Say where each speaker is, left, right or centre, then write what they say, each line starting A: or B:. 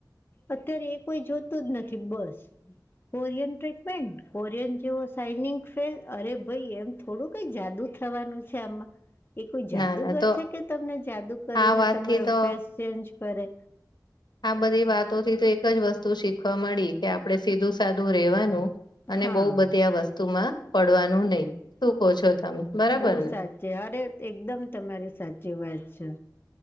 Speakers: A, on the left (about 30°); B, on the left (about 85°).
A: અત્યારે એ કોઈ જોતું જ નથી બસ. કોરિયન ટ્રીટમેન્ટ કોરિયન જેવો સાન ફેલ અરે ભાઈ એમ થોડું કંઈ જાદુ થવાનું છે આમાં. એ કોઈ જાદુગર
B: ના ના તો
A: છે કે તમને જાદુ કરીને
B: આ વાતથી
A: તમારો
B: તો
A: ફેસ ચેન્જ કરે.
B: આ બધી વાતો થી તો એક જ વસ્તુ શીખવા મળી કે આપડણે સીધું સાધું રેવાનું. અને
A: હા
B: બહ બધી આ વસ્તુમાં પડવાનું નહી, શું કહ છો તમે બરાબર
A: બહુ
B: ને?
A: સાચી અરે એકદમ તમારી સાચી વાત છે.